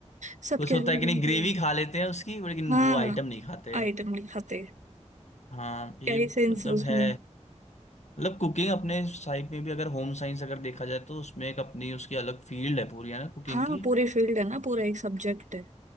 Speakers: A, on the right; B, on the left.
A: <laughs> सबके
B: कुछ होता
A: अलग
B: है कि
A: अलग
B: नहीं ग्रेवी खा लेते हैं उसकी लेकिन
A: हाँ
B: वो आइटम नहीं खाते
A: आइटम नहीं खाते
B: हाँ ये
A: क्या ही सेंस
B: मतलब
A: है उसमें
B: है मतलब कुकिंग अपने साइड में भी अगर होम साइंस अगर देखा जाए तो उसमें एक अपनी उसकी अलग फील्ड है पूरी है ना कुकिंग
A: हाँ
B: की
A: पूरे फील्ड है ना पूरा एक सब्जेक्ट है